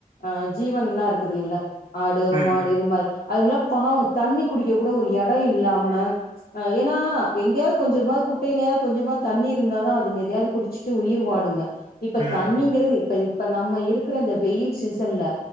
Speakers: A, on the left; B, on the right.
A: அ ஜீவன்னா இருக்குதுங்கள ஆடு
B: இடத்துல ஆமா
A: மாடு இது மாரி அதுங்கல்லா பாவொ தண்ணி குடிக்க கூட ஒரு எடொ இல்லாம ஏனா எங்கேயாவது கொஞ்சமாவது குட்டையிலையாவது கொஞ்சமா தண்ணி இருந்தாதா அதுங்க எதையாவது குடிச்சுட்டு உயிர் வாழுங்க இப்ப
B: ம் ம் ம்
A: தண்ணிங்கிறது இப்ப இப்போ நம்ம இருக்கிற அந்த வெயில் சீசன் ல